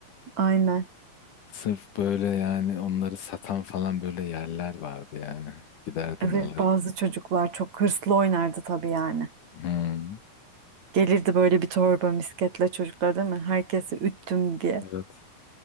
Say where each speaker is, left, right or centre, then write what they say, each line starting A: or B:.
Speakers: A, on the right; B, on the left.
A: Aynen.
B: Sırf böyle yani onları satan falan böyle yerler vardı yani. Giderdin
A: Evet
B: alırdın
A: bazı çocuklar
B: falan.
A: çok hırslı oynardı tabii yani.
B: Hmm,
A: Gelirdi böyle bir torba misketle çocuklar değil mi? Herkesi üttüm diye.
B: evet.